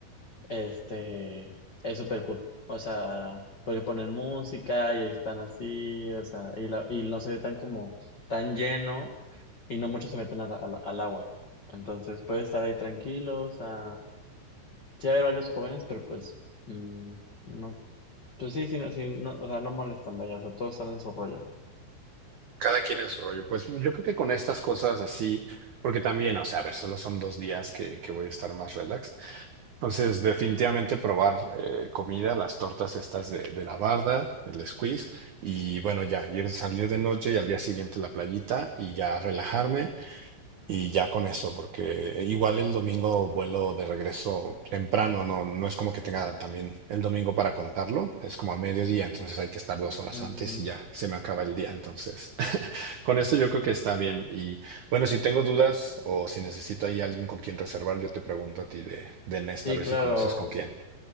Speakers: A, on the left (about 70°); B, on the right (about 80°).
A: Este, es súper cool. O sea, porque ponen música y están así, o sea, y, la- y no se ve tan como tan lleno y no muchos se meten al, al- al agua. Entonces puedes estar ahí tranquilos. O sea, sí hay varios jóvenes, pero pues mm, no, pues sí, sí, no, sí, no, o sea, no molestan, vaya, o sea, todos están en su rollo.
B: Cada quien en su rollo. Pues yo creo que con estas cosas así, porque también, o sea, a ver, solo son dos días que, que voy a estar más relax. Entonces, definitivamente probar eh, comida, las tortas estas de, de la barda, el squeeze, y bueno, ya, ir a salir de noche y al día siguiente la playita y ya relajarme y ya con eso, porque igual el domingo vuelo de regreso temprano, no, no es como que tenga también el domingo para contarlo, es como a mediodía, entonces hay que estar dos horas
A: Ujú.
B: antes y ya se me acaba el día, entonces. Con eso yo creo que
A: Sí,
B: está bien. Y bueno, si tengo dudas o si necesito ahí alguien con quien reservar, yo te pregunto a ti de, de Nesta,
A: sí,
B: a ver
A: claro,
B: si conoces con quién.